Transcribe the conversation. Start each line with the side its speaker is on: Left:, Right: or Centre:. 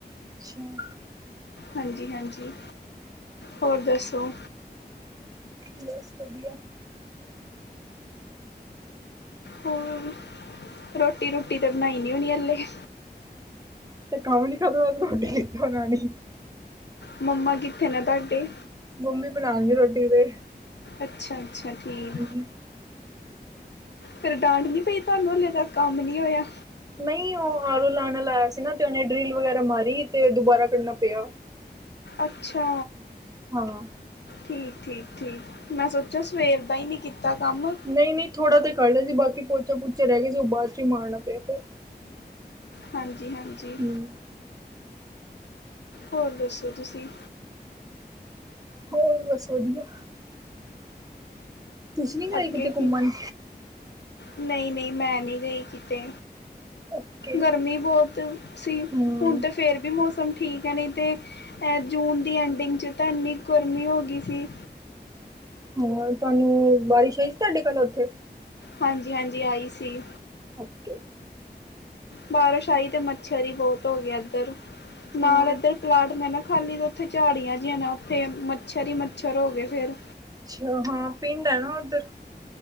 Right: <inaudible>
Left: ਹਾਂਜੀ -ਹਾਂਜੀ। ਹੋਰ ਦੱਸੋ?
Right: ਬਸ ਵਧੀਆ।
Left: ਹਮ। ਰੋਟੀ ਰੂਟੀ ਤੇ ਬਣਾਈ ਨੀ ਹੋਣੀ ਹੱਲੇ।
Right: ਤੇ ਕੰਮ ਨੀ ਖਤਮ ਹੁੰਦਾ। ਰੋਟੀ ਕੀ ਬਨਾਨੀ।
Left: ਮੰਮਾ ਕਿੱਥੇ ਨੇ ਤਾਡੇ?
Right: ਮੰਮੀ ਬਣਾਣਗੇ ਰੋਟੀ ਤੇ।
Left: ਅੱਛਾ-ਅੱਛਾ ਠੀਕ।
Right: ਹਾਂਜੀ
Left: ਫਿਰ ਡਾਂਟ ਨੀ ਪਈ ਤੁਆਨੂੰ ਹਲੇ ਤੱਕ ਕੰਮ ਨੀ ਹੋਇਆ?
Right: ਨਈ ਉਹ ਆਰੂ ਲਾਣ ਅਲਾ ਆਇਆ ਸੀ ਨਾ ਤੇ ਉਹਨੇ ਡਰਿਲ ਵਗੈਰਾ ਮਾਰੀ ਤੇ ਦੁਬਾਰਾ ਕੱਢਨਾ ਪਿਆ।
Left: ਅੱਛਾ।
Right: ਹਾਂ।
Left: ਠੀਕ-ਠੀਕ-ਠੀਕ। ਮੈਂ ਸੋਚਿਆ ਸਵੇਰ ਦਾ ਈ ਨੀ ਕੀਤਾ ਕੰਮ।
Right: ਨਈ ਨੀ ਥੋੜਾ ਜਾ ਕੱਢ ਲਿਆ ਸੀ। ਬਾਕੀ ਪੋਚਾ ਪੋਚੇ ਰਹਿ ਗਏ ਸੀ ਉਹ ਬਾਅਦ ਚੋ ਈ ਮਾਰਨਾ ਪਿਆ ਫੇਰ।
Left: ਹਾਂਜੀ-ਹਾਂਜੀ।
Right: ਹੂੰ
Left: ਹੋਰ ਦੱਸੋ ਤੁਸੀਂ?
Right: ਹੋਰ ਬਸ ਵਧੀਆ। ਤੁਸੀਂ ਨੀ ਗਏ
Left: ਅੱਗੇ
Right: ਕਿਤੇ ਘੁੰਮਣ?
Left: ਕੀ ਨਈ ਨਈ ਮੈਂ ਨਈ ਗਈ ਕਿਤੇ।
Right: ਓਕੇ।
Left: ਗਰਮੀ ਬਹੁਤ ਸੀ,
Right: ਹੂੰ,
Left: ਹੁਣ ਤਾਂ ਫੇਰ ਵੀ ਮੌਸਮ ਠੀਕ ਹੈ ਨਹੀਂ ਤੇ। ਅਤੇ ਜੂਨ ਦੀ ਐਂਡਿੰਗ 'ਚ ਤਾਂ ਇੰਨੀ ਗੁਰਮੀ ਹੋ ਗਈ ਸੀ।
Right: ਹਾਂ, ਤੁਹਾਨੂੰ ਬਾਰਿਸ਼ ਆਈ ਸੀ ਤੁਹਾਡੇ ਕੋਲ ਉੱਥੇ
Left: ਹਾਂਜੀ ਹਾਂਜੀ ਆਈ ਸੀ।
Right: ਓਕੇ <unintelligible>
Left: ਬਾਰਿਸ਼ ਆਈ ਤੇ ਮੱਛਰ ਹੀ ਬਹੁਤ ਹੋ ਗਿਆ ਇੱਧਰ, ਨਾਲ
Right: ਹਾਂ,
Left: ਇੱਧਰ ਪਲਾਟ ਮੈਂ ਨਾ ਖਾਲੀ ਤੋਂ ਉੱਥੇ ਝਾੜੀਆਂ ਜਿਹੀ ਨਾ, ਉੱਥੇ ਮੱਛਰ ਹੀ ਮੱਛਰ ਹੋ ਗਏ ਫਿਰ
Right: ਅੱਛਾ ਹਾਂ, ਪਿੰਡ ਹੈ ਨਾ ਉੱਧਰ